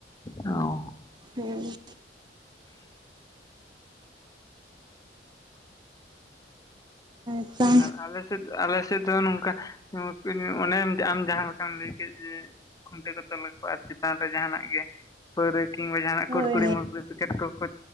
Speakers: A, on the left (about 20°); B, on the right (about 25°).
A: ᱚ
B: ᱦᱩᱸ ᱟᱪᱪᱷᱟ
A: ᱟᱨ ᱟᱞᱮ ᱥᱮᱫ ᱟᱞᱮ ᱥᱮᱫ ᱫᱚ ᱱᱚᱝᱠᱟ ᱱᱩᱝᱠᱤᱱ ᱚᱱᱮᱢ ᱟᱢ ᱡᱟᱸᱦᱟ ᱞᱮᱠᱟᱢ ᱞᱟᱹᱭ ᱠᱮᱫ ᱡᱮ ᱠᱷᱩᱱᱴᱟᱹᱣ ᱠᱚ ᱛᱚᱞᱟ ᱠᱚᱣᱟ ᱟᱨ ᱪᱮᱛᱟᱱ ᱨᱮ ᱡᱟᱸᱦᱟᱱᱟᱜ ᱜᱮ ᱯᱟᱹᱨᱣᱟᱹ ᱠᱤᱝᱵᱟ ᱡᱟᱦᱟᱱᱟᱜ
B: ᱦᱳᱭ
A: ᱠᱩᱨᱼᱠᱩᱲᱤ ᱢᱩᱲᱼᱠᱩᱲᱤ ᱯᱮᱠᱮᱴ ᱠᱚᱠᱚ